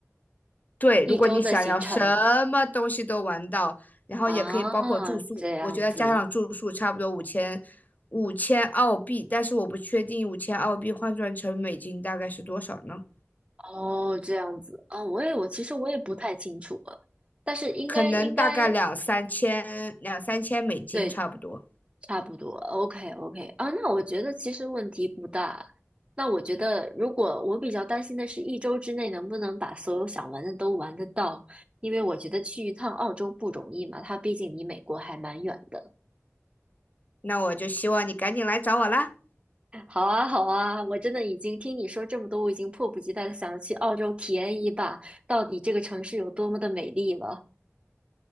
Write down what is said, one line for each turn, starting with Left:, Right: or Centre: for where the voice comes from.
Left: 对，
Right: 一周的行程
Left: 如果你想要什么东西都玩到，然后也可以包括住宿，
Right: 啊，这样子，
Left: 我觉得加上住宿差不多五千五千澳币，但是我不确定五千澳币换算成美金大概是多少呢？
Right: 哦，这样子，啊，我也我其实我也不太清楚了，但是应该应该
Left: 可能大概两三千两三千美金差不多。
Right: 对，差不多，OK OK 啊，那我觉得其实问题不大。那我觉得，如果我比较担心的是一周之内能不能把所有想玩的都玩得到，因为我觉得去一趟澳洲不容易嘛，它毕竟离美国还蛮远的。
Left: 那我就希望你赶紧来找我啦。
Right: 好啊，好啊，我真的已经听你说这么多，我已经迫不及待的想去澳洲体验一把，到底这个城市有多么的美丽了。